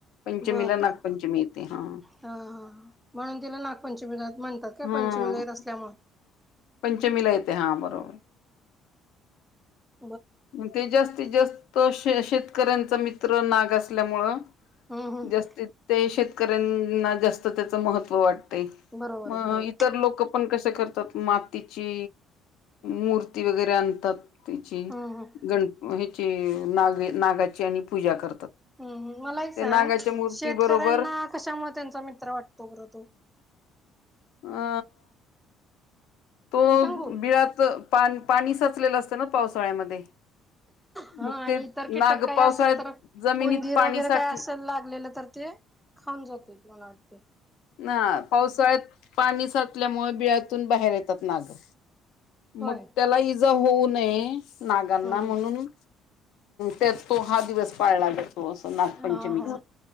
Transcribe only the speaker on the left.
पंचमीला
नागपंचमी येते हा
हा
पंचमीला येतोय हा बरोबर
ते जास्तीत जास्त श शेतकऱ्यांचा मित्र नाग असल्यामुळं
जास्तीत ते शेतकऱ्यांना जास्त त्याच महत्व वाटतं य
मग
इतर लोक पण कसं कर तात मातीची मूर्ती वगैरे आणतात तिची
ग ह्याची नाग नागाची आणि पूजा करतात
ते
नागाच्या मूर्ती
बरोबर
अ तो
बिळात पा पाणी साचलेलं असतं ना पावसाळ्यामध्ये
मग
ते
नाग
पावसाळ्यात
जमिनीत
पाणी
साठ
ना पावसाळ्यात पा णी साटल्यामुळे बिळातून बाहेर येतात मागं
मग तेला हि इ जा होऊ नये नागांना
म्हणून
तर तो हा दिवस पाळला जा तो असं नागपंचमीच